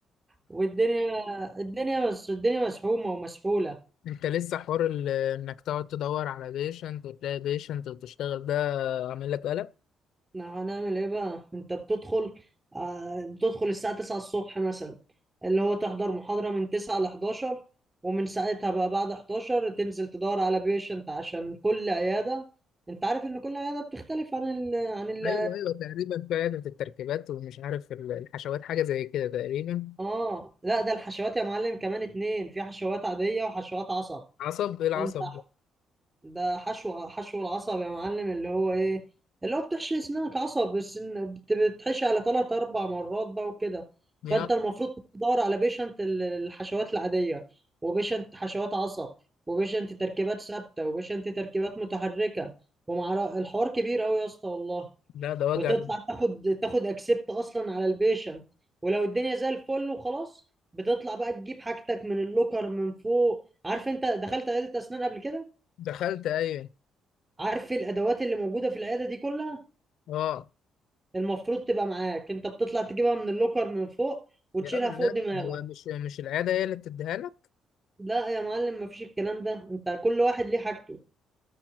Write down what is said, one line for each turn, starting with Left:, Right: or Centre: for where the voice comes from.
Right: والدنيا الدنيا مس... الدنيا مسحومة ومسحولة
Left: انت لسه حوار ال- انك تقعد تدور على بيشنت وتلاقي بيشنت وتشتغل ده عامل لك قلق؟
Right: احنا هنعمل ايه بقى انت بتدخل آه، بتدخل الساعة 9 الصبح مثلا اللي هو تحضر محاضرة من 9 ل 11 ومن ساعتها بقى بعد 11 تنزل تدور على بيشنت عشان كل عيادة انت عارف ان كل عيادة بتختلف عن ال... عن ال...
Left: ايوه ايوه تقريبا في عيادة التركيبات ومش عارف ال- الحشوات حاجة زي كده تقريبا
Right: اه لا ده الحشوات يا معلم كمان اتنين في حشوات عادية وحشوات عصب
Left: عصب ايه العصب
Right: وانت
Left: ده؟
Right: ده حشو حشو العصب يا معلم اللي هو ايه اللي هو بتحشي اسنانك عصب بس إن- بت- بتحشي على ثلاث اربع مرات بقى وكده
Left: يا
Right: فانت المفروض تدور على بيشنت ال- الحشوات العاديه وبيشنت حشوات عصب وبيشنت تركيبات ثابته وبيشنت تركيبات متحركه ومع الحوار كبير قوي يا اسطى والله
Left: ده ده وجع
Right: وتطلع
Left: ده.
Right: تاخد تاخد اكسبت اصلا على البيشنت ولو الدنيا زي الفل وخلاص بتطلع بقى تجيب حاجتك من اللوكر من فوق عارف انت دخلت عياده اسنان قبل كده
Left: دخلت ايوه
Right: عارف إيه الادوات اللي موجوده في العياده دي كلها
Left: اه
Right: المفروض تبقى معاك انت بتطلع تجيبها من اللوكر من فوق وتشيلها
Left: يا راجل
Right: فوق
Left: لا
Right: دماغك
Left: هو مش مش العياده هي اللي بتديها لك
Right: لا يا معلم مفيش الكلام ده انت كل واحد ليه حاجته